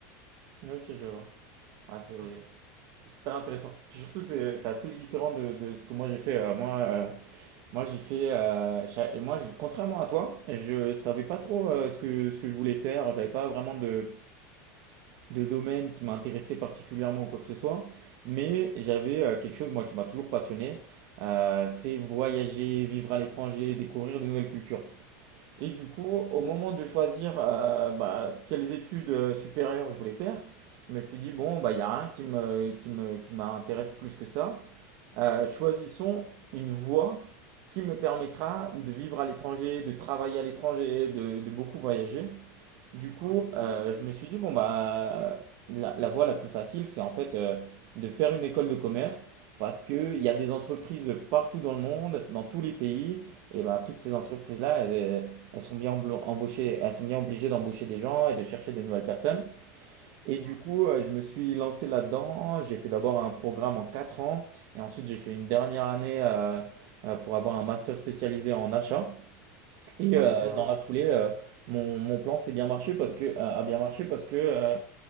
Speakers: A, on the right; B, on the right.
A: Ok, je vois. Ouais, c'est
B: Ok,
A: c'est super intéressant. Puis surtout, c'est c'est assez différent de, de ce que moi j'ai fait. Euh, moi, euh, moi j'ai fait. euh, cha- et moi, je- contrairement à toi, je savais pas trop euh, ce que ce que je voulais faire. J'avais pas vraiment de de domaine qui m'intéressait particulièrement ou quoi que ce soit, mais j'avais euh, quelque chose, moi, qui m'a toujours passionné, euh, c'est voyager, vivre à l'étranger, découvrir de nouvelles cultures. Et du coup, au moment de choisir euh, bah, quelles études euh, supérieures je voulais faire, je me suis dit, bon, bah, il y a rien qui me, qui me, qui m'intéresse plus que ça. Euh, choisissons une voie qui me permettra de vivre à l'étranger, de travailler à l'étranger, de, de beaucoup voyager. Du coup,
B: ok,
A: euh, je me suis dit, bon, bah, la, la voie la plus facile, c'est en fait euh, de faire une école de commerce parce qu'il y a des entreprises partout dans le monde, dans tous les pays, et bah, toutes ces entreprises-là, elles, euh, elles sont bien emblo- embauchées, elles sont bien obligées d'embaucher des gens et de chercher de nouvelles personnes.
B: Mm,
A: Et du
B: mm,
A: coup, euh, je me suis lancé là-dedans. J'ai fait d'abord un programme en 4 ans, et ensuite j'ai fait une dernière année euh, euh, pour avoir un master spécialisé en achat. Et
B: ok,
A: euh,
B: ouais.
A: dans la foulée, euh, mon, mon plan s'est bien marché parce que, a a bien marché parce que euh,